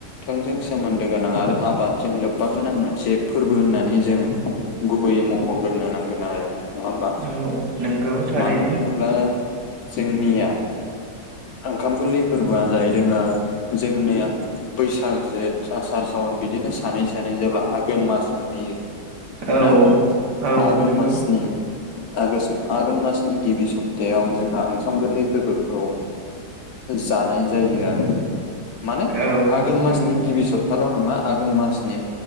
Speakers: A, on the left; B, on the right.
A: थोंजों सोमोन्दो गोनां आरो आ आबादजों लोब्बा गोनां मोनसे फोरबो होननानै जों गुबैयै मख'ग्रोनो नांगोन आरो नङा हबा
B: औ नंगौ थारैनो
A: मानो होनोब्ला जोंनिया ओंखाम गोरलै फोरबोआ जाहैदों जोंनिया बैसाग जेठ आसार सावर बिदिनो सानै सानै जेब्ला आघोन मास मोनहैयो।
B: औ
A: ना
B: औ
A: आघोन
B: नंगौ
A: मासनि आगोष्ट आघोन मासनि गिबि सप्तायाव जोंहा ओंखाम गोरलै फोर्बोखौ जानाय जायो आरो माने
B: औ
A: आघोन मासनि
B: नंगौ
A: गिबि सप्ताल' नङा आ घोन मासनि